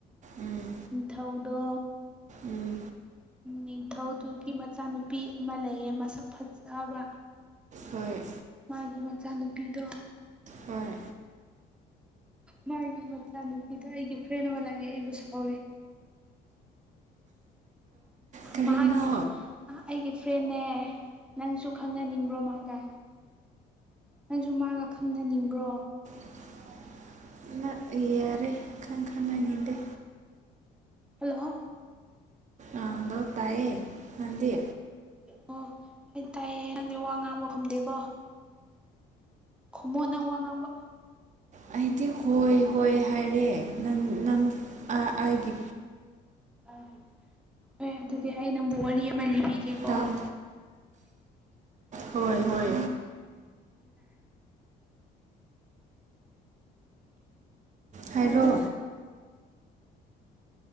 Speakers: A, on the right; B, in the centre.
A: ꯎꯝ
B: ꯅꯤꯡꯊꯧꯗꯣ
A: ꯎꯝ
B: ꯅꯤꯡꯊꯧꯗꯨꯒꯤ ꯃꯆꯥꯅꯨꯄꯤ ꯑꯃ ꯂꯩꯌꯦ ꯃꯁꯛ ꯐꯖꯕ
A: ꯍꯣꯏ
B: ꯃꯥꯒꯤ ꯃꯆꯥꯅꯨꯄꯤꯗꯣ ꯎꯝ
A: ꯍꯣꯏ
B: ꯃꯥꯒꯤ ꯃꯆꯥꯅꯨꯄꯤꯗ ꯑꯩꯒꯤ ꯐ꯭ꯔꯦꯟ ꯑꯃ ꯂꯥꯛꯑꯦ ꯑꯩꯕꯨ ꯁꯥꯎꯋꯦ
A: ꯀꯔꯤꯅꯣ
B: ꯃꯍꯥꯛ ꯑꯩꯒꯤ ꯐ꯭ꯔꯦꯟꯅꯦ ꯅꯪꯁꯨ ꯈꯪꯅꯅꯤꯡꯕ꯭ꯔꯣ ꯃꯥꯒ ꯅꯪꯁꯨ ꯃꯥꯒ ꯈꯪꯅꯅꯤꯡꯕ꯭ꯔꯣ
A: <unintelligible>
B: ꯎꯦ
A: ꯈꯪ ꯈꯪꯅ ꯌꯦꯡꯗꯦ
B: ꯍꯜꯂꯣ
A: ꯑ ꯍꯗꯣ ꯇꯥꯏꯌꯦ ꯅꯗꯤ
B: ꯑꯣ ꯇꯌꯦ ꯅꯪꯗꯤ ꯋꯥ ꯉꯥꯡꯕ ꯐꯨꯝꯗꯦꯀꯣ ꯎ ꯈꯨꯃꯣꯠ ꯅꯪ ꯋꯥ ꯉꯥꯡꯕ
A: ꯑꯩꯗꯤ
B: ꯍꯣꯏ
A: ꯍꯥꯏꯔꯦ
B: ꯍꯥꯏꯒꯦ
A: ꯅꯪ ꯅꯪ ꯑꯩꯒꯤ
B: <unintelligible> ꯑꯗꯨꯗꯤ ꯑꯩ ꯅꯪꯕꯨ ꯋꯥꯔꯤ ꯑꯃ ꯂꯤꯕꯤꯒꯦꯀꯣ
A: ꯇꯥꯞ ꯍꯣꯏ ꯍꯣꯏ ꯍꯥꯏꯔꯣ
B: ꯑꯣ